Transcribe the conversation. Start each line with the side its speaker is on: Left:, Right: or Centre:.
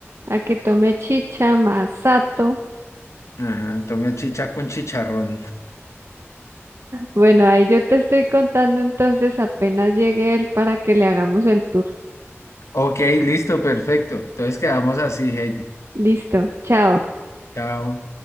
Right: a que tome chicha, masato.
Left: Ajá, tome chicha con chicharrón.
Right: Bueno, ahí yo te estoy contando entonces apenas llegue él para que le hagamos el tour.
Left: Ok, listo, perfecto. Entonces quedamos así, Heidi.
Right: Listo, chao.
Left: Chao.